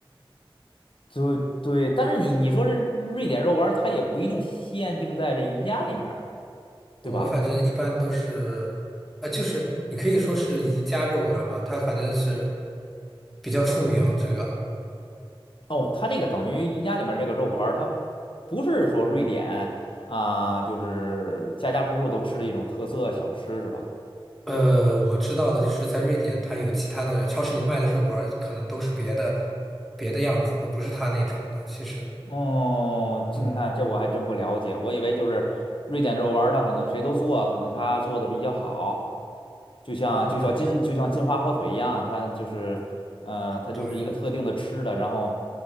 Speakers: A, on the left; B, in the centre.
A: 对对，但是你你说这瑞典肉丸儿，它也不一定限定在这宜家里面儿啊，
B: 我反正一般都是，
A: 对吧？
B: 呃，就是你可以说是宜家肉丸嘛，它反正是比较出名这个。
A: 哦，它这个等于宜家里面儿这个肉丸儿，它不是说瑞典啊，就是家家户户都吃的一种特色小吃是吧？
B: 呃，我知道的就是在瑞典，它有其他的超市里卖的肉丸儿可能都是别的别的样子的，不是它那种的。其实，
A: 哦，
B: 嗯
A: 这你看这我还真不了解，我以为就是瑞典肉丸儿，它可能谁都做，可能它做的比较好，就像就像金就像金华火腿一样，
B: 嗯，
A: 它就是，呃，它就是一个特定的吃的，
B: 对，
A: 然后